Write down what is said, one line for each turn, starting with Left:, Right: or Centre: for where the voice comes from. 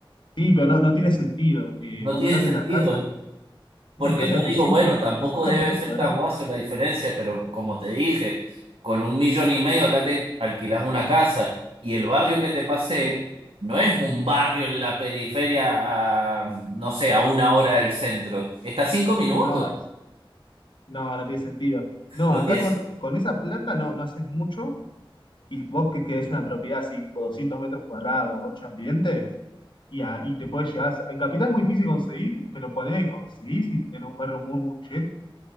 Left: sí, pero no, no tiene sentido. Eh,
Right: No
Left: vos
Right: tiene
Left: encontraste
Right: sentido.
Left: esas casas,
Right: Porque
Left: esas casas
Right: yo
Left: de 200,
Right: digo, bueno, tampoco
Left: 200
Right: debe
Left: metros
Right: ser
Left: cuadrados.
Right: tan guaso la
Left: Sí.
Right: diferencia, pero como te dije, con un millón y medio acá te alquilas una casa y el barrio que te pasé no es un barrio en la periferia, a, no sé, a una hora del centro. Está a cinco minutos.
Left: No, No, no tiene sentido. No,
Right: ¿Lo
Left: acá
Right: tienes?
Left: con, con esa plata no, no haces mucho y vos que querés una propiedad así, tipo 200 metros cuadrados, 8 ambientes, y, a- y te puedes llegar, a- en Capital es muy difícil conseguir, pero ponele que conseguís y- en un barrio muy, muy chet